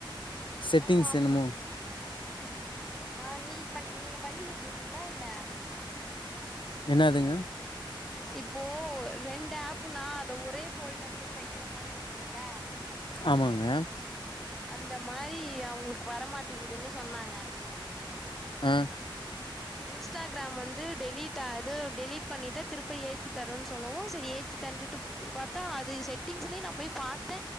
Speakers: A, on the left; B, in the centre.
A: செட்டிங்சு
B: ஆமா ஆமா
A: என்னமோ
B: ஆ நீ பண் நீங்க பண்ணி சொல்லிருப்பீங்களா என்ன
A: என்னதுங்க
B: இப்போ ரெண்டு ஆப்புனா அத ஒரே போல்டர்லே வைக்கிற மாரி இருக்கும்ல
A: ஆமாங்க
B: அந்த மாரி அவுங்களுக்கு வரமாட்டிகிதுனு சொன்னாங்க
A: ஆ
B: இன்ஸ்டாகிராம் வந்து டெலிட் அது டெலிட் பண்ணிட்டு திருப்ப ஏத்தி தரனு சொல்லவு செரி ஏத் தந்துட்டு பாத்தா அது செட்டிங்ஸ்லே நா போய் பாத்தே